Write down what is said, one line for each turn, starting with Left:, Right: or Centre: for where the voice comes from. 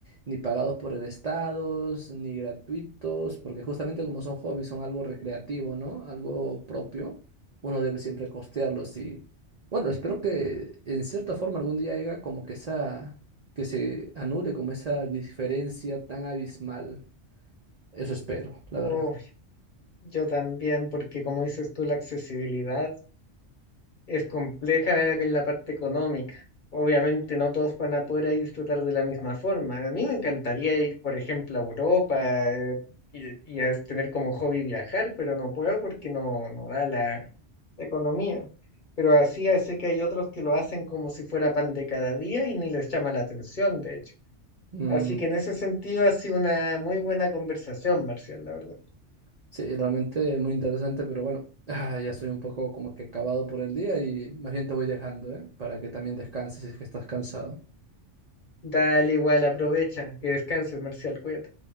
Right: ni pagados por el Estado, ni gratuitos, porque justamente como son hobbies, son algo recreativo, ¿no? Algo propio, uno debe siempre costearlos y, bueno, espero que en cierta forma algún día haya como que esa, que se anule como esa diferencia tan abismal. Eso espero, la verdad.
Left: Oh, yo también, porque como dices tú, la accesibilidad. es compleja en la parte económica. Obviamente no todos van a poder ahí disfrutar de la misma forma. A mí me encantaría ir, por ejemplo, a Europa eh, y, y a tener como hobby viajar, pero no puedo porque no, no da la, la economía. Pero así ya sé que hay otros que lo hacen como si fuera pan de cada día y ni les llama la atención, de hecho.
Right: Mm.
Left: Así que en ese sentido ha sido una muy buena conversación, Marcial, la verdad.
Right: Sí, realmente muy interesante, pero bueno, <sighs> ah, ya estoy un poco como que acabado por el día y más bien te voy dejando, ¿eh? Para que también descanses si es que estás cansado.
Left: Dale igual, aprovecha, que descanses, Marcial, cuídate.